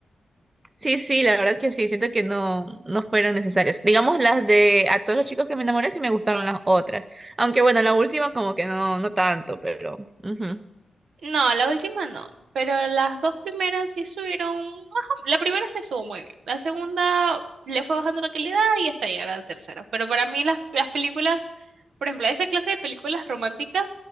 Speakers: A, on the right (about 30°); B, on the right (about 80°).
A: Sí, sí, la verdad es que sí. Siento que no, no fueron necesarias. Digamos las de a todos los chicos que me enamoré sí me gustaron las otras. Aunque bueno, la última como que no, no tanto, pero. ujú.
B: No, la última no, pero las dos primeras sí subieron ajá, la primera se subió muy bien, la segunda le fue bajando la calidad y hasta llegar a la tercera. Pero para mí las, las películas, por ejemplo, esa clase de películas románticas,